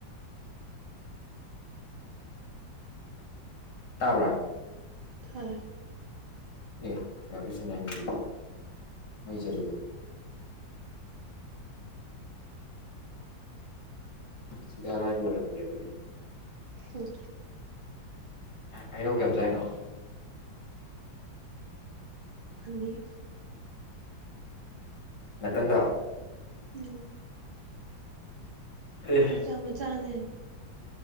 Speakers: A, on the left; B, on the right.
A: ꯇꯥꯕ꯭ꯔꯥ
B: ꯍꯥꯏ
A: ꯑꯦ ꯏꯌꯥꯔꯄꯤꯁ ꯊꯤꯟ ꯌꯥꯏꯅꯦ ꯑꯗꯨꯗꯤ ꯃꯩ ꯆꯠꯂꯨ ꯑꯗꯨꯗꯤ ꯁꯤꯗ ꯑꯔꯥꯏꯕ ꯑꯣꯏꯔꯝꯗ꯭ꯔꯦ ꯑꯗꯨꯗꯤ
B: ꯍꯨꯝ
A: ꯍꯩꯅꯧ ꯀꯩꯝ ꯆꯍꯥꯏꯔꯤꯅꯣ
B: ꯑꯅꯤ
A: ꯅꯥꯇꯟꯗ
B: ꯎꯝ
A: ꯑꯦ
B: ꯃꯆꯥ ꯃꯆꯥꯅꯦ